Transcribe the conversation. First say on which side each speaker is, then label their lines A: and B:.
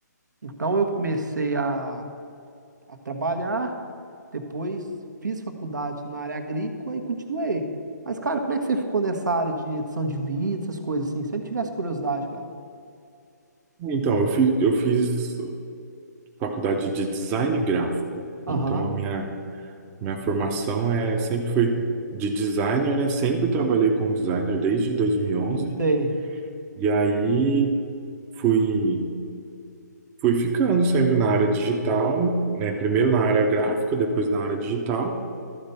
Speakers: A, on the right; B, on the right.
A: Então eu comecei a, a trabalhar, depois fiz faculdade na área agrícola e continuei. Mas, cara, como é que você ficou nessa área de edição de vídeo, essas coisas assim? Sempre tive essa curiosidade, cara.
B: Então, eu fiz, eu fiz faculdade de design gráfico,
A: Aham,
B: então a minha, minha formação é, sempre foi de designer, né? Sempre trabalhei como designer desde 2011, e onze.
A: sei.
B: E aí fui Fui ficando sempre na área digital, né? Primeiro na área gráfica, depois na área digital.